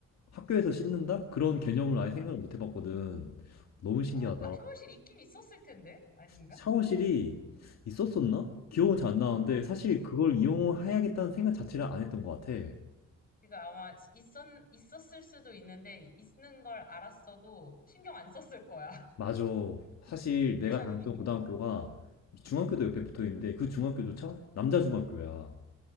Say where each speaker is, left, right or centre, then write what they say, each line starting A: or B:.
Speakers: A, on the left; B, on the left.
A: 학교에서 씻는다? 그런 개념을 아예 생각을 못 해봤거든. 너무 신기하다.
B: 아, 아, 샤워실 있긴 있었을 텐데, 아닌가?
A: 샤워실이 있었었나?
B: 음.
A: 기억은 잘 안 나는데 사실 그걸 이용해야겠다는 생각 자체를 안 했던 것 같아.
B: 그러니까 아마 있었, 있었을 수도 있는데, 있는 걸 알았어도 신경 안 썼을 거야. <laughs>
A: 맞아. 사실
B: 귀찮으니까.
A: 내가 다녔던 고등학교가 중학교도 옆에 붙어 있는데 그 중학교조차 남자 중학교야.